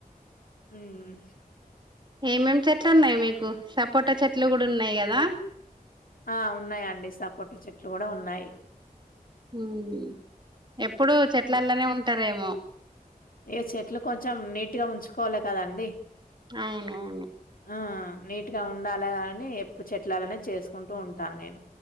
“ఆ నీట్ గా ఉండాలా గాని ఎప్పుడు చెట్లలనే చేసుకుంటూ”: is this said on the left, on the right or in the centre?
Left